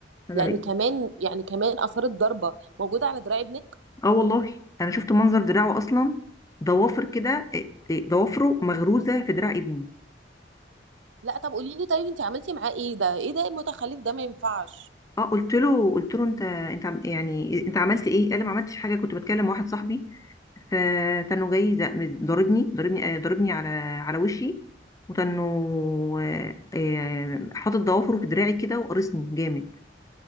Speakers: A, on the left; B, on the right.
A: انا
B: يعني
A: لقيت
B: كمان يعني كمان اثارت ضربه موجوده على دراع ابنك
A: اه والله انا شفت منظر دراعه اصلا ضوافر كده إيه، إيه، ضوافره مغروزه في دراع ابني
B: لا طب قولي لي طيب انت عملتي معاه ايه ده ايه ده المتخلف ده ما ينفعش
A: اه قلت له قلت له انت انت عم- يعني انت عملت ايه قال لي ما عملتش حاجه كنت بتكلم مع واحد صاحبي فكانوا جاي زق- ضربني ضربني آه، ضربني على على وشي وكانوا آه، آه، حاطط ضوافره في دراعي كده وقرصني جامد